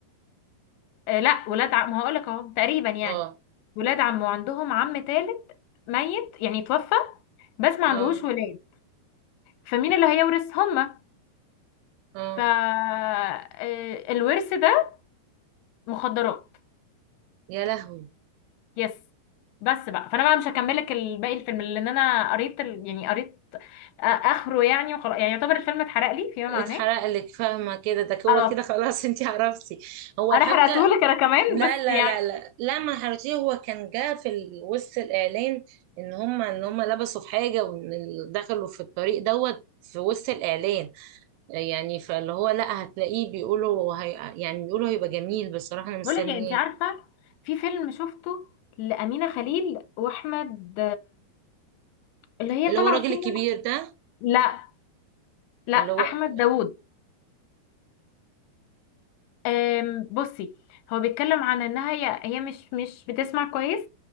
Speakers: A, on the left; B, on the right.
A: آه لا ولاد عم ما هقولك اهو تقريبا يعني
B: اه
A: ولاد عم وعندهم عم تالت ميت يعني توفى بس ما
B: اه
A: عندهوش ولاد فمين اللي هيورث هما
B: اه
A: ف آه، الورث ده مخدرات
B: يا لهوي
A: يس بس بقى فانا بقى مش هكملك الباقي الفيلم لان انا قريت ال... يعني قريت آه، اخره يعني وخلاص يعني يعتبر الفيلم اتحرق لي فيما
B: اتحرق
A: معناه
B: لك فاهمه كده ده هو
A: اه
B: كده خلاص <laughs> انتي عرفتي هو الحبكه
A: انا حرقتهولك انا كمان
B: لا
A: بس
B: لا
A: يعني
B: لا لا لا ما حرتيه هو كان جه في ال- وسط الاعلان ان هم ان هم لبسوا في حاجه وان ال- دخلوا في الطريق دوت في وسط الاعلان يعني فاللي هو لا هتلاقيه بيقولوا هي يعني بيقولوا هيبقى جميل بصراحه انا مستنياه
A: بقول لك انت عارفه في فيلم شفته لأمينة خليل وأحمد اللي هي
B: اللي
A: طالعه
B: هو الراجل
A: فيه
B: الكبير
A: إنها-
B: ده
A: لا لا
B: اللي هو
A: احمد داوود أم، بصي هو بيتكلم عن انها هي هي مش مش بتسمع كويس